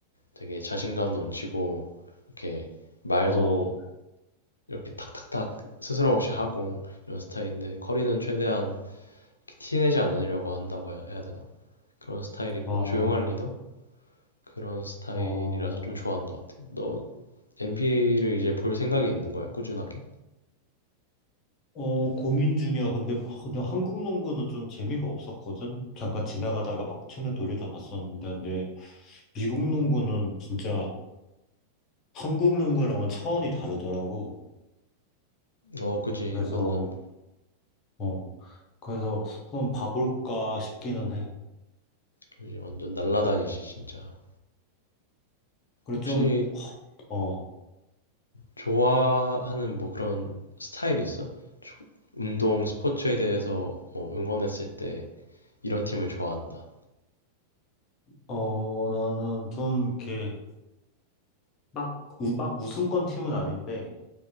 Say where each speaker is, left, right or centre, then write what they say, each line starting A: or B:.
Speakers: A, on the left; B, on the left.
A: 되게 자신감 넘치고, 이렇게 말도
B: 어,
A: 이렇게 탁탁탁 스스럼 없이 하고 이런 스타일인데 커리는 최대한 티 내지 않으려고 한다고 해야, 해야 되나? 그런 스타일이고
B: 어,
A: 조용한 리더? 그런 스타일이라서
B: 어.
A: 좀 좋아하는 것 같아. 너 NBA를 이제 볼 생각이 있는 거야? 꾸준하게?
B: 어, 고민 중이야. 근데, 아, 근데 한국 농구는 좀 재미가 없었거든? 잠깐 지나가다가 막 채널 돌리다 봤었는데, 근데 미국 농구는 진짜 한국 농구랑은 차원이 다르더라고.
A: 어, 그지.
B: 그래서,
A: 완전,
B: 어, 그래서 한번 봐볼까 싶기는 해.
A: 그지. 완전 날라다니지, 진짜.
B: 그래,
A: 혹시
B: 좀, 어,
A: 좋아하는 뭐 그런 스타일이 있어? 조- 운동, 스포츠에 대해서 뭐 응원했을 때 이런 팀을 좋아한다.
B: 어, 나는 좀 이렇게 막, 우, 막 우승권 팀은 아닌데,